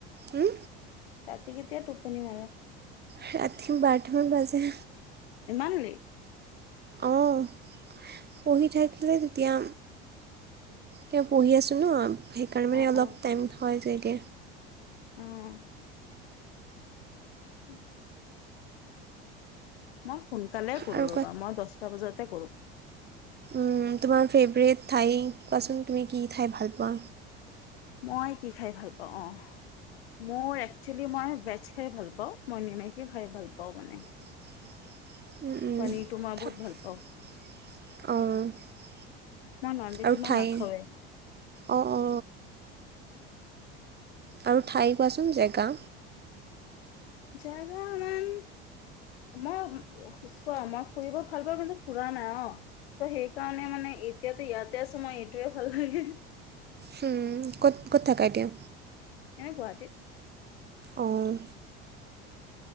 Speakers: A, on the right (about 35°); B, on the left (about 85°).
A: উম।
B: ৰাতি কেতিয়া টোপনি মাৰা?
A: ৰাতি বাৰটামান বাজে।
B: ইমান লেট।
A: অ', পঢ়ি থাকিলে তেতিয়া তেওঁ পঢ়ি আছোঁ ন, সেইকাৰণে মানে
B: অ
A: অলপ
B: অ
A: টাইম হয় যায়গে।
B: অ'। <inaudible> মই সোনকালে কৰোঁ।
A: আৰু
B: ৰ'বা মই দহটা বজাতে কৰোঁ।
A: উম', তোমাৰ ফেভৰেট ঠাই কোৱাচোন তুমি কি খাই ভাল পোৱা?
B: মই কি খাই ভাল পাওঁ অ, মোৰ একচুৱেলি মই ভেজ খাই ভাল পাওঁ। মই নিমখীয়া খাই ভাল পাওঁ মানে
A: উম', উম,
B: পনীৰটো মই বহুত ভাল পাওঁ
A: অ,
B: মই নন ভেজ
A: আৰু
B: ইমান
A: ঠাই
B: নাখাওঁৱেই
A: অ, অ, আৰু ঠাই কোৱাচোন জেগা
B: জাগা মান মই চোৱা মই ফুৰিব ভাল পাওঁ। কিন্তু ফুৰা নাই অ, চৌ সেইকাৰণে মানে এতিয়াতো ইয়াতে সময় এইটোৱে ভাল লাগে।
A: হম', ক'ত ক'ত থাকা এতিয়া?
B: এনে গুৱাহাটীত
A: অঁ